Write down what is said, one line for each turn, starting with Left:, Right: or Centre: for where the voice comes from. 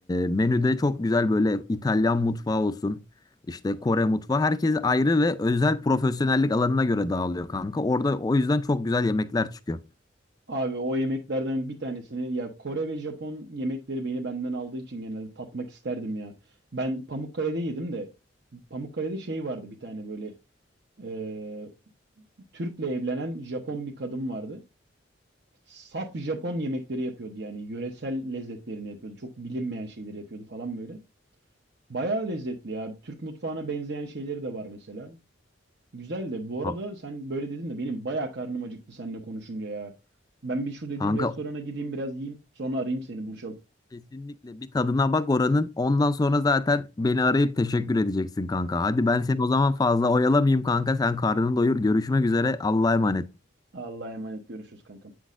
Left: menüde çok güzel böyle İtalyan mutfağı olsun. İşte Kore mutfağı. Herkes ayrı ve özel profesyonellik alanına göre dağılıyor kanka. Orada o yüzden çok güzel yemekler çıkıyor.
Right: Abi o yemeklerden bir tanesini ya Kore ve Japon yemekleri beni benden aldığı için genelde tatmak isterdim ya. Ben Pamukkale'de yedim de Pamukkale'de şey vardı bir tane böyle ee, Türk'le evlenen Japon bir kadın vardı. Saf Japon yemekleri yapıyordu yani yöresel lezzetlerini yapıyordu. Çok bilinmeyen şeyleri yapıyordu falan böyle. Bayağı lezzetli ya. Türk mutfağına benzeyen şeyleri de var mesela. Güzel de bu
Left: Ka-
Right: arada sen böyle dedin de benim bayağı karnım acıktı seninle konuşunca ya. Ben bir şu dediğin
Left: Kanka
Right: restorana gideyim biraz yiyeyim. Sonra arayayım seni buluşalım.
Left: Kesinlikle bir tadına bak oranın. Ondan sonra zaten beni arayıp teşekkür edeceksin kanka. Hadi ben seni o zaman fazla oyalamayayım kanka. Sen karnını doyur. Görüşmek üzere. Allah'a emanet.
Right: Allah'a emanet görüşürüz kankam.